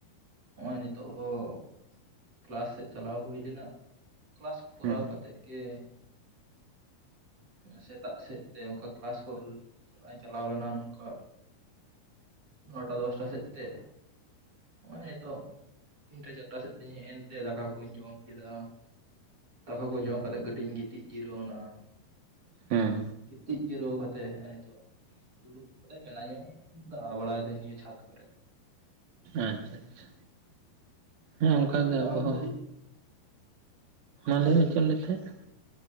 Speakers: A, on the right; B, on the right.
A: ᱱᱚᱜᱼᱚᱭ ᱱᱤᱛᱚᱜ ᱦᱚᱸ ᱠᱞᱟᱥ ᱥᱮᱫ ᱪᱟᱞᱟᱣ ᱦᱩᱭ ᱞᱮᱱᱟ, ᱠᱞᱟᱥ ᱠᱚ ᱠᱚᱨᱟᱣ
B: ᱦᱮᱸ
A: ᱠᱟᱛᱮᱫ ᱜᱮ ᱥᱮᱛᱟᱜ ᱥᱮᱫ ᱛᱮ, ᱚᱱᱠᱟ ᱠᱞᱟᱥ ᱠᱚ ᱠᱚᱨ, ᱤᱧ ᱪᱟᱞᱟᱣ ᱞᱮᱱᱟ, ᱱᱚᱝᱠᱟ ᱱᱚᱴᱟ, ᱫᱚᱥᱴᱟ ᱥᱮᱫ ᱛᱮ? ᱱᱚᱜᱼᱚᱭ ᱱᱤᱛᱳᱜ, ᱛᱤᱱᱴᱟ ᱪᱟᱨᱴᱟ ᱥᱮᱫ ᱛᱤᱧ ᱦᱮᱡ ᱮᱱᱛᱮ, ᱫᱟᱠᱟ ᱠᱩᱧ ᱡᱚᱢ ᱠᱮᱫᱟ᱾ ᱫᱟᱠᱟ ᱠᱚ ᱡᱚᱢ ᱠᱟᱛᱮᱜ, ᱠᱟᱹᱴᱤᱡ ᱤᱧ ᱜᱤᱛᱤᱡ ᱡᱤᱨᱟᱹᱣ ᱱᱟ᱾
B: ᱦᱮᱸ
A: ᱜᱤᱛᱤᱡ ᱡᱤᱨᱟᱹᱣ ᱠᱟᱛᱮ, ᱦᱮᱜ-ᱮ ᱱᱤᱛᱚᱜ ᱫᱩᱲᱩᱵ ᱠᱟᱛᱮᱜ ᱢᱮᱱᱟ ᱧᱟ᱾ ᱫᱟᱬᱟ ᱵᱟᱲᱟᱭ ᱮᱫᱟᱹᱧ, ᱱᱤᱭᱟᱹ ᱪᱷᱟᱫᱽ ᱠᱚᱨᱮ᱾
B: ᱟᱪᱪᱷᱟ, ᱟᱪᱪᱷᱟ, ᱦᱮᱸ
A: ᱜᱚᱝᱠᱮ
B: ᱚᱱᱠᱟ
A: ᱛᱟᱦᱚᱞᱮ
B: ᱜᱮ ᱟᱵᱚ
A: ᱟᱢ
B: ᱦᱚᱸ᱾
A: ᱫᱚ ᱪᱮᱫ
B: ᱢᱟ
A: ᱦᱮᱸ
B: ᱞᱟᱹᱭ ᱢᱮ, ᱪᱮᱜᱮᱢ ᱞᱮᱭᱮᱫ ᱛᱟᱦᱮᱸᱫ?